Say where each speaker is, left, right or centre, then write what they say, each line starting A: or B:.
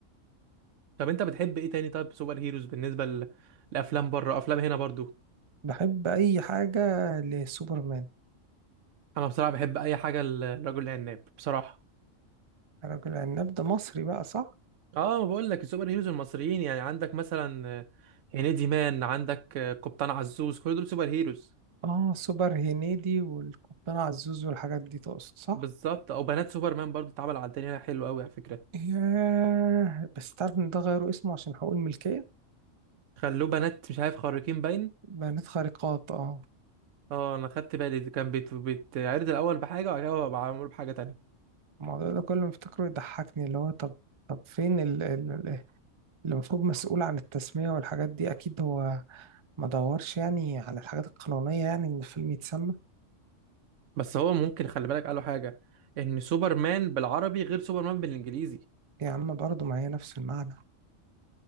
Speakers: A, on the right; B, on the right.
A: طب انت بتحب ايه تاني طيب سوبر هيروز بالنسبة ل- لأفلام بره أفلام هنا برضو
B: بحب اي حاجه لسوبرمان
A: انا بصراحة بحب اي حاجة ل- للرجل العناب بصراحة
B: رجل عناب ده مصري بقى صح
A: اه بقول لك السوبر هيروز المصريين يعني عندك مثلا آه، هنيدي مان عندك آه، قبطان عزوز كل دول سوبر هيروز
B: اه سوبر هنيدي والقبطان عزوز والحاجات دي تقصد صح
A: بالظبط او بنات سوبرمان برضو اتعمل على الدنيا حلو قوي على فكرة
B: ياه بس تعرف ان ده غيروا اسمه عشان حقوق الملكيه
A: خلوه بنات مش عارف خارقين باين
B: بيانات خارقات اه
A: اه انا خدت بالي كان بيت- بيتعرض الاول بحاجة وبعد كده بقى معمول بحاجة تانية
B: الموضوع ده كل ما افتكره يضحكني اللي هو طب طب فين ال- ال- ال- اللي المفروض مسؤول عن التسميه والحاجات دي اكيد هو ما دورش يعني على الحاجات القانونيه يعني ان الفيلم يتسمى
A: بس هو ممكن خلي بالك قالوا حاجة ان سوبرمان بالعربي غير سوبرمان بالانجليزي
B: يا عم برضه ما هي نفس المعنى